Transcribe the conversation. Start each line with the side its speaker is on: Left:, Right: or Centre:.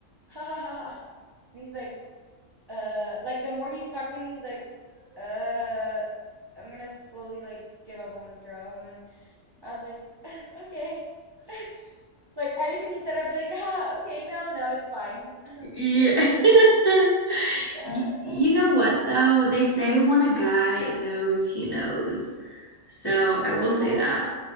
Right: Ha ha ha ha! And he's like, uh, like the more he's talking to me, he's like, uh, I'm gonna slowly like give up on this girl. And then I was like, "Eh, okay. <laughs> Like anything he said, I'd be like, ha ha, okay, no, no, it's fine. <laughs> It's
Left: Yeah.
Right: good
Left: <laughs>
Right: like that.
Left: Y- You
Right: <sighs>
Left: know what though? They say when a guy knows, he knows. So I
Right: Oh
Left: will
Right: yeah?
Left: say that.